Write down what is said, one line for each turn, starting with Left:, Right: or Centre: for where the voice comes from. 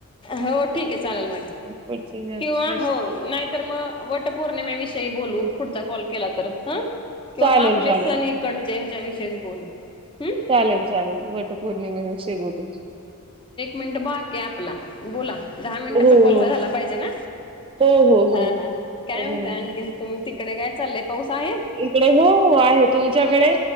Left: हो ठीक आहे चालेल मग.
Right: पुढची जनरेशन
Left: किंवा हो नाहीतर मग वटपौर्णिमेविषय ते बोलो. पुढचा कॉल केला तर. ह किंवा
Right: चालेल
Left: मग आपले
Right: चालेल
Left: सण इकडचे. ह्याच्या विषयीच बोलू. हम्म
Right: चालेल-चालेल वटपौर्णिमे विषय बोलू.
Left: मिनट बाकी आपला बोला. दहा मिनिटाचा
Right: हो हो
Left: कॉल झाला पाहिजे ना.
Right: हो हो
Left: हा
Right: हो
Left: हा काय
Right: अजून
Left: म्हणतय आणखीन तुम्ही तिकडे काय चाललंय पाऊस. हे
Right: इकडे हो हो आहे तुमच्याकडे